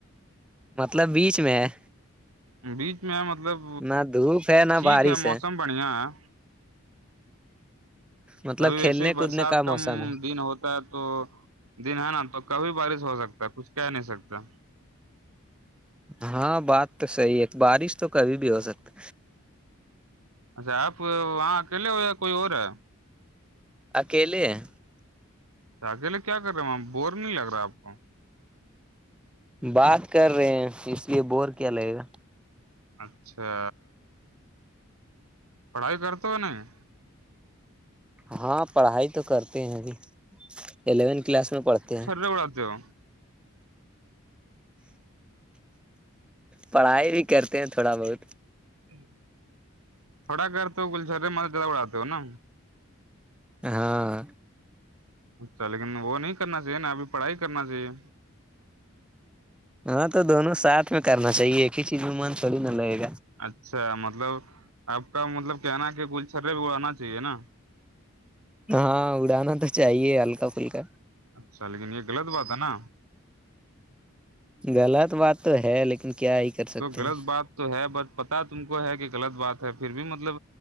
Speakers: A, in the centre; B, on the right.
A: مطلب بیچ میں ہے
B: بیچ میں ہے مطلب
A: نہ دھوپ ہے نہ
B: ٹھیک
A: بارش
B: ہے موسم بڑھیا ہے
A: مطلب
B: ابھی ویسے
A: کھیلنے
B: بھی برسات
A: کودنے کا
B: کم
A: موسم ہے
B: دن ہوتا تا تو دن ہے نا تو کبھی بارش ہو سکتا ہے کچھ کہہ نہیں سکتا
A: ہاں بات تو صحیح ہے بارش تو کبھی بھی ہو سکتا
B: اچھا آپ وہاں اکیلے ہو یا کوئی اور ہے
A: اکیلے ہیں
B: اکیلے کیا کر رہے ہیں وہاں بور نہیں لگ رہا آپ کو
A: بات کر رہے ہیں اس لیے بور کیا لگے گا
B: اچھا پڑھائی کرتے ہو نہیں
A: ہاں پڑھائی تو کرتے ہیں ابھی الیونتھ کلاس میں پڑھتے ہیں
B: بڑاتے ہو
A: پڑھائی بھی کرتے ہیں تھوڑا بہت
B: ہ تھوڑا کرتے ہو خوب سارے مزے اڑاتے ہو نا
A: ہاں
B: اچھا لیکن وہ نہیں کرنا چاہیے نا ابھی پڑھائی کرنا چاہیے
A: ہاں تو دونوں ساتھ میں کرنا چاہیے ایک ہی چیز میں من تھوڑی نہ لگے گا
B: اچھا مطلب آپ کا مطلب کہنا کہ گل چھرے بھی اڑانا چاہیے نا
A: ہاں اڑانا تو چاہیے ہلکا پھلکا
B: اچھا لیکن یہ غلط بات ہے نا
A: غلط بات تو ہے لیکن کیا ہی کر سکتے
B: تو غلط
A: ہیں
B: بات تو ہے بٹ پتا تم کو ہے کہ غلط بات ہے پھر بھی مطلب